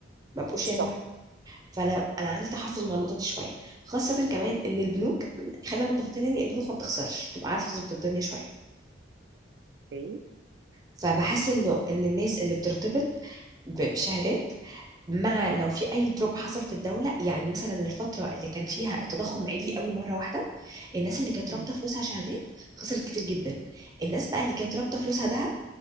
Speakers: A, on the right; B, on the right.
A: ما بقوش
B: صح
A: يعملوا حاجة. فانا انا عندي تحفظ مع النقطه دي شويه خاصه كمان ان البنوك خلينا متفقين يعني البنوك ما بتخسرش تبقى عارفه تظبط الدنيا شويه
B: اوكي
A: فبحس انه ان الناس اللي بترتبط ب- بشهادات مع لو في اي دروب حصل في الدوله يعني مثلا الفتره اللي كان فيها التضخم عالي قوي مره واحده الناس اللي كانت رابطه
B: مم.
A: فلوسها شهادات خسرت كتير جدا الناس بقى اللي كانت رابطه فلوسها ذهب